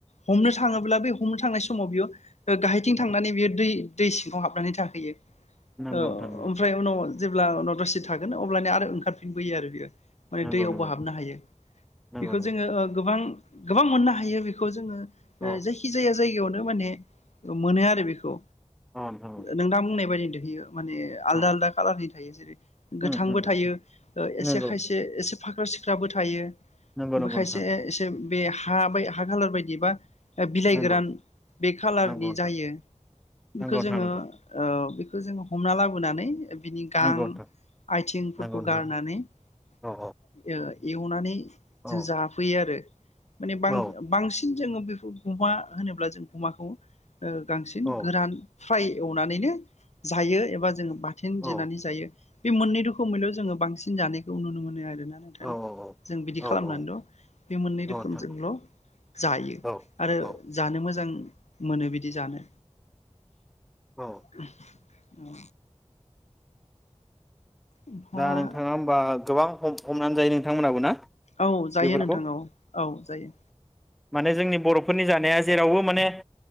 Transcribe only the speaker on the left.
हमनो थाङोब्ला बे हमनो थांनाय समाव बियो ओ गाहायथिं थांनानै
बियो दै दै सिङाव हाबनानै थाहैयो
औ
ओमफ्राय उनाव जेब्ला उनाव दसे थागोन अब्लानिया आरो ओंखारफिनबोयो आरो बेयो
माने दैयावबो
हाबनो हायो
बेखौ
जोङो ओ गोबां गोबां मोननो हायो बेखौ जोङो ओ
जायखि जाया जायगायावन माने मोनो आरो बेखौ
नोंथाङा बुंनाय बायदि बियो माने आलदा
आलदा खाालारनि थायो जेरै गोथांबो
थायो ओ एसे
खायसे एसे फाख्रा सिख्राबो थायो
ओमफ्राय
खायसे
इसे बे हा बाय हा खालार बायदि बा बिलाइ
गोरान बे खालारनि
जायो बेखौ
जोङो
ओम खौ जो हमना लाबोनानै बिनि गां
आयथिंफोरखौ
गारनानै ओ
एवनानै
जों जाफैयो आरो। माने बां
बांसिन जोङो बेखौ गुमा होनोब्ला जों गुमाखौ ओ बांसिन
गोरान फ्राय एवनानैनो जायो एबा जों बाथोन
देनानै जायो बे मोननै रोखोमैल' जोङो बांसिन जानायखौ नुनो मोनो आरो। आरोना नोंथां
जों बिदि खालामनानैल'
बे मोननै
रोखोमजोंल' जायो
आरो
जानो मोजां मोनो बिदि जानो।
<unintelligible> औ। ओमफाय
औ जायो
नोंथां औ औ जायो।